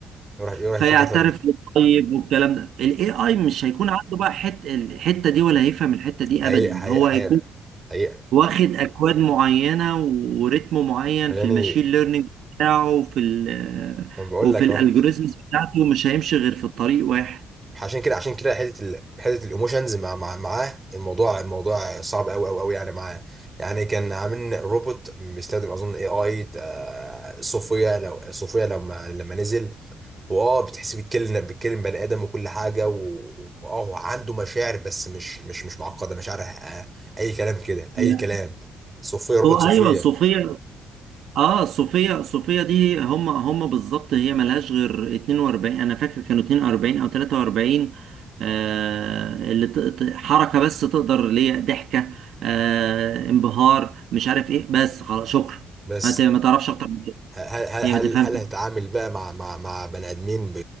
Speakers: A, on the right; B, on the right.
A: يروح يروح
B: فيعترف
A: يفضل
B: للطيب والكلام ده الاي اي مش هيكون عنده بقى حت الحته دي ولا هيفهم الحته دي
A: حقيقة
B: ابدا
A: حقيقة
B: هو
A: حقيقة
B: هيكون
A: حقيقة
B: واخد اكواد معينه وريتم معين
A: يعني
B: في الماشين ليرنينج بتاعه وفي ال
A: ما بقول
B: وفي
A: لك
B: الالجوريزمز
A: اهو
B: بتاعته مش هيمشي غير في طريق واحد
A: عشان كده عشان كده حته ال... حته الايموشنز مع... مع معاه الموضوع الموضوع صعب قوي قوي قوي يعني معاه يعني كان عاملين روبوت بيستخدم اظن اي اي صوفيا لو صوفيا لما لما نزل هو اه بتحس بيتكلم بيتكلم بني ادم وكل حاجه و- واه هو عنده مشاعر بس مش مش مش معقده مشاعر آه، اي كلام كده
B: لا
A: اي كلام صوفيا روبوت
B: هو
A: صوفيا
B: ايوه صوفيا اه صوفيا صوفيا دي هم هم بالظبط هي ملهاش غير 42 انا فاكر كانوا 42 او 43 آه اللي ت- ت- حركه بس تقدر اللي هي ضحكه آه انبهار مش عارف ايه بس خلاص شكرا
A: بس
B: ما ت- ما تعرفش اكتر من كده
A: هل هل
B: هي
A: هل
B: ما تفهمش
A: هل هتعامل بقى مع مع مع بني ادمين ب-